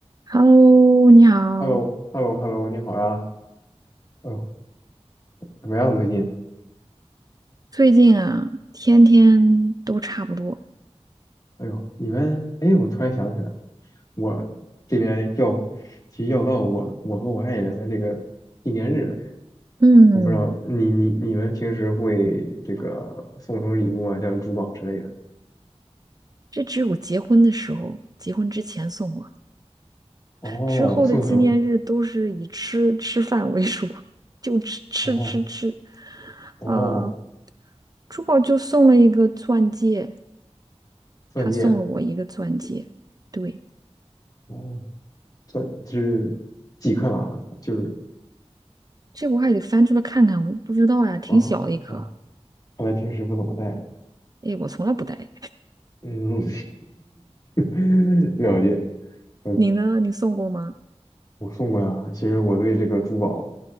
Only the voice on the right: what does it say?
Hello，你好。
最近啊，天天都差不多。
嗯，
这只有结婚的时候，结婚之前送过，
之后的纪念日都是以吃吃饭为主，
<laughs> 就吃吃吃吃。
啊、珠宝就送了一个钻戒，
他送了我一个钻戒。对，
这我还得翻出来看看，我不知道呀，挺小的一颗。
哎，我从来不戴。
你呢？你送过吗？